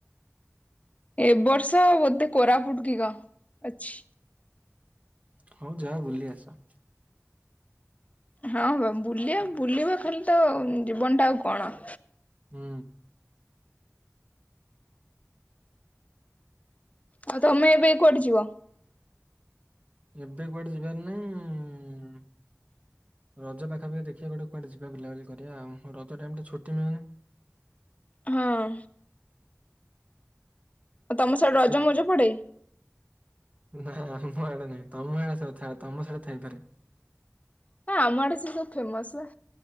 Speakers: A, on the left; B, on the right.
A: ଏ ବର୍ଷ ବୋଧେ କୋରାପୁଟ୍ କି ଗ ଅଛି।
B: ହଉ ଯାଅ ବୁଲି ଆସ।
A: ହଁ ବା ବୁଲିଆ ବୁଲିବ ଖାଲି ତ ଜୀବନଟା ଆଉ କଣ।
B: ହୁଁ।
A: ଆଉ ତମେ ଏବେ କୁଆଡେ ଯିବ?
B: ଏବେ କୁଆଡେ ଯିବାର ନାହିଁ ଉଁ ରଜ ପାଖାପଖି ଦେଖିଆ ଗୋଟେ କୁଆଡେ ଯିବା ବୁଲା ବୁଲି କରିଆ ଉ ରଜ ଟାଇମ୍ ଟା ଛୁଟି ମିଳେ
A: ହଁ। ଆଉ ତମ ସାଡେ ରଜ
B: ସେ
A: ମଉଜ ପଡେ?
B: ନା ପଡେନି ତମ ଆଡେ <inaudible> ତମ ସାଡେ ଥାଇପାରେ।
A: ହଁ ଆମ ଆଡେ ସେ ସବୁ ଫେମସ୍ ବା।